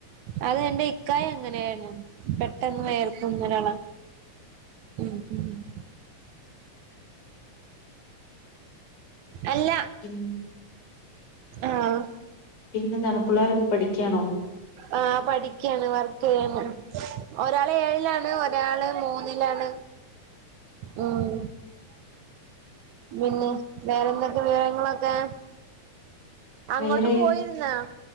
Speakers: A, on the right (about 70°); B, on the left (about 75°).
A: അത് എൻ്റെ ഇക്കായ എങ്ങനെയായിരുന്നു പെട്ടെന്ന് വ വെയർക്കുന്നൊരാള ഉം ഉം ഉം അല്ല
B: ഉം
A: ആഹ്
B: പിന്നെന്താണ് പിള്ളേർ ഒക്കെ പഠിക്കാണോ
A: ആ പഠിക്കയാണ് വർക്ക് ചെയ്യാണ് ഒരാള് ഏഴിലാണ് ഒരാള് മൂ ഒന്നിലാണ് ഉം പിന്നെ വേറെ എന്തൊക്കെ വിവരങ്ങളൊക്കെ അങ്ങോട്ട്
B: വേറെ
A: പോയിരുന്ന